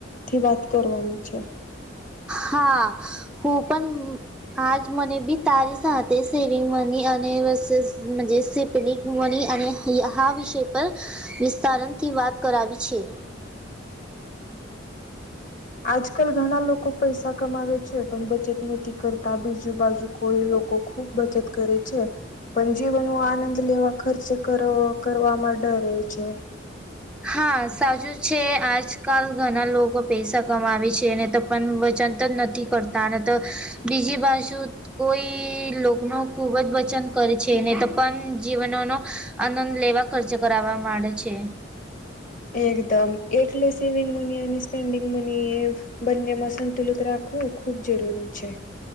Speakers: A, on the left; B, in the centre.
A: થી વાત કરવાની છે.
B: હા હું પન આજ મને બી તારી સાથે સેવિંગ મની અને વસેસ મજેસે પનિક મની અને ઇ હા વિષય પર વિસ્તારનથી વાત કરાવી છે.
A: આજકલ ઘના લોકો પૈસા કમાવે છે પન બચત નથી કરતા બીજુ બાજુ કોય લોકો ખૂબ બચત કરે છે. પન જીવનનો આનંદ લેવા ખર્ચ કરવો કરવામાં ડરે છે.
B: હા સાચું છે આજકાલ ઘના લોકો પૈસા કમાવે છે ને તો પન બચત જ નથી કરતા અને ત બીજી બાજુ કોઈ લોકનો ખૂબ જ બચન કરે છે નય ત પન જીવનોનો આનંદ લેવા ખર્ચ કરાવવા માંડે છે.
A: એકદમ એટલે સેવિંગ મની અને સ્પેન્ડિંગ મની એ બંનેમાં સંતુલિત રાખવું ખૂબ જરૂરી છે.